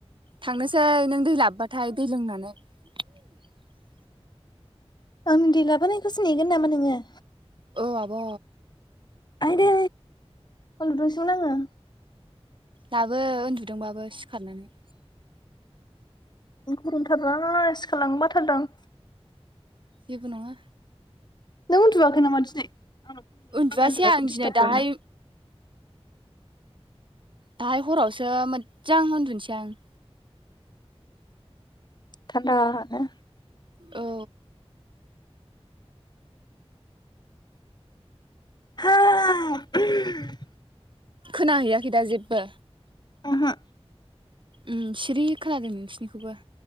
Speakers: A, on the right (about 50°); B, on the left (about 40°).
A: थांनोसै नों दै लाबोबाथाय दै लोंनानै <unintelligible>
B: आं दै लाबोनायखौसो नेगोन नामा नोङो।
A: औ आब'।
B: आइदैे <unintelligible> आङो।
A: लाबो उन्दुदोंबाबो सिखारनानै!
B: <unintelligible> सिखारलांनो बाथारदो आं।
A: जेबो नङा।
B: नों उन्दुयाखै नामा दिनै? आंनाव फन हरनो
A: उन्दुवासै
B: नाङा उन्दुनायखौ
A: आं
B: दिस्टार्ब
A: दिनै दाहाय
B: खालामनो
A: दाहाय हरावसो मोजां उन्दुनोसै आं।
B: थान्दानो।
A: औ।
B: <unintelligible>
A: खोनाहैयाखै दा जेबो?
B: उमहो।
A: उम सिरि खोनादों नोंसिनिखौबो।